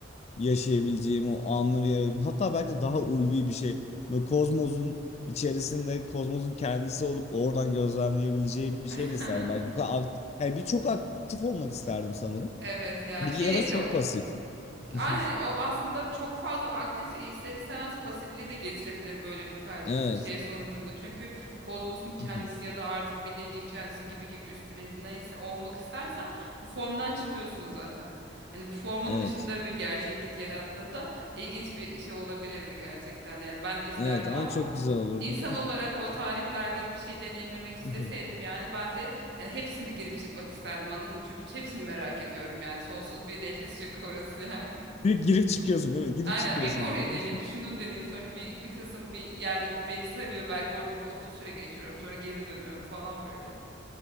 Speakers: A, on the left; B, on the right.
A: yaşayabileceğim o anları yarayabileceğim. Hatta belki daha ulvi bir şey. Böyle kozmosun içerisinde kozmosun kendisi olup oradan gözlemleyebileceğim bir
B: <laughs>
A: şey de isterdim. Belki bu kadar aktif, yani bir çok aktif olmak isterdim sanırım.
B: Evet ya
A: Bir
B: şey
A: ya da
B: işte
A: çok
B: o,
A: pasif. <laughs>
B: aynen o aslında çok fazla aktif ister istemez pasifliği de getirebilir böyle bir tercih
A: Evet.
B: şey sonucunda. Çünkü kozmosun kendisi
A: <laughs>
B: ya da artık bilincin kendisi gibi gibi üst bilincin neyse o olmak istersen bu formdan çıkıyorsun zaten. Hani bu formun
A: Evet.
B: dışında bir gerçeklik yarattığında ilginç bir şey olabilirdi gerçekten. Yani ben de isterdim
A: Evet ama
B: ama
A: çok güzel olurdu.
B: İnsan olarak o tarihlerde bir şey deneyimlemek isteseydim
A: <laughs>
B: yani ben de hani hepsini girip çıkmak isterdim anladın mı? Çünkü hepsini merak ediyorum yani. Sonsuz bir dehliz çünkü orası yani.
A: Bir girip çıkıyorsun değil mi? Girip
B: Aynen
A: çıkıyorsun
B: bir bu oraya
A: böyle. <laughs>
B: deneyeyim bir şunun deneyeyim sonra bir, bir kısım bir yer beni sarıyor belki orada bir uzun süre geçiyorum sonra geri dönüyorum falan böyle.